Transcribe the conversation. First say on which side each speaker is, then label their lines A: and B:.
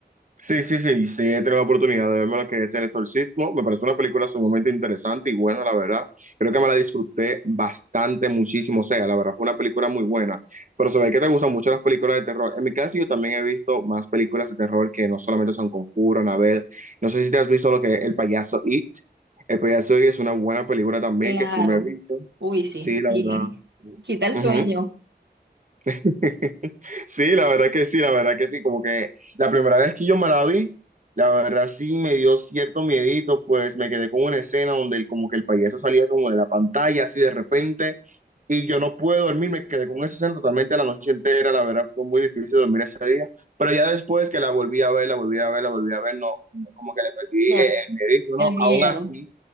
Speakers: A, on the right; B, on the right.
A: Sí, sí, sí, sí, he tenido la oportunidad de verme lo que es El Exorcismo. Me parece una película sumamente interesante y buena, la verdad. Creo que me la disfruté bastante, muchísimo. O sea, la verdad fue una película muy buena. Pero se ve que te gustan mucho las películas de terror. En mi caso, yo también he visto más películas de terror que no solamente son Conjuro, Anabel. No sé si te has visto lo que es El Payaso It. El Payaso It es una buena película también
B: Claro.
A: que sí me he visto.
B: Uy, sí.
A: Sí, la
B: Y
A: verdad.
B: quita el
A: Ujú.
B: sueño,
A: <laughs> Sí, la verdad que sí, la verdad que sí, como que la primera vez que yo me la vi, la verdad sí me dio cierto miedito, pues me quedé con una escena donde el- como que el payaso salía como de la pantalla así de repente y yo no pude dormir, me quedé con esa escena totalmente la noche entera, la verdad fue muy difícil dormir ese día, pero ya después que la volví a ver, la volví a ver, la volví a ver, no, como que le perdí
B: ya
A: eh, el miedito,
B: el
A: ¿no?
B: miedo.
A: Aún así,